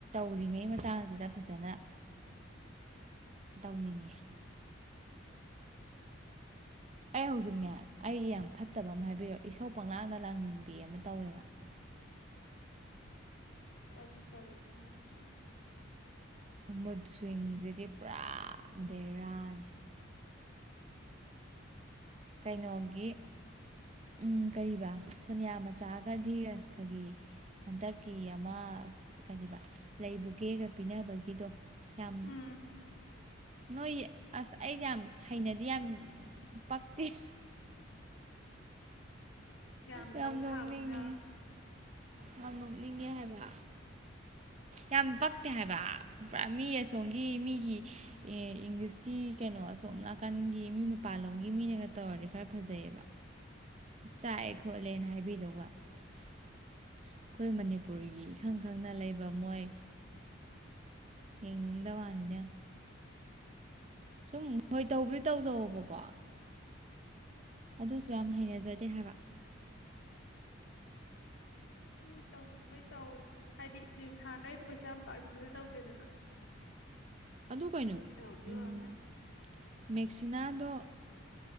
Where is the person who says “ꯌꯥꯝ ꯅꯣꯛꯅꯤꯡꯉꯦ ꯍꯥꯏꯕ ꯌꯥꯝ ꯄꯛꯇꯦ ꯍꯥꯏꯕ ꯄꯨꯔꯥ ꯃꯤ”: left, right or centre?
Right